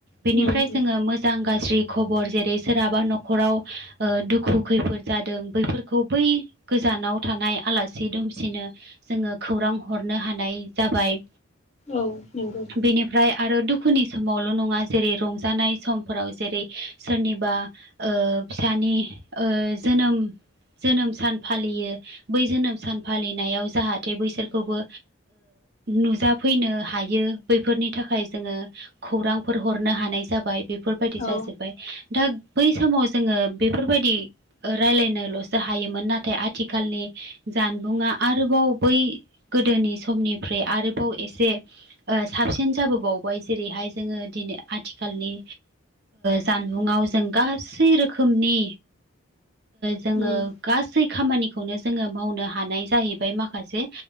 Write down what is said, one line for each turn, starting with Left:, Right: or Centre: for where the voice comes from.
Right: बेनिफ्राय
Left: उम
Right: जोङो मोजां गाज्रि खबर जेरै सोरहाबा न'खराव दुखु खैफोद जादों बैफोरखौ बै गोजानाव थानाय आलासि दुमसिनो जोङो खौरां हरनो हानाय जाबाय।
Left: औ नंगौ।
Right: बेनिफ्राय आरो दुखुनि समावल' नङा जेरै रंजानाय समफोराव जेरै सोरनिबा ओ फिसानि ओ जोनोम जोनोम सान फालियो बै जोनोम सान फालिनायाव जाहाथे बैसोरखौबो नुजाफैनो हायो बैफोरनि थाखाय जोङो खौरांफोर हरनो हानाय जाबाय बेफोरबायदि
Left: औ
Right: जाजोब्बाय दा बै समाव जोङो बेफोरबायदि रायलायनोल'सो हायोमोन नाथाय आथिखालनि जानबुङा आरोबाव बै गोदोनि समनिफ्राय आरोबाव एसे साबसिन जाबोबावबाय जेरैहाय जोङो दिनै आथिखालनि जानबुङाव जों गासै रोखोमनि जोङो
Left: उम
Right: गासै खामानिखौनो जोङो मावनो हानाय जाहैबाय माखासे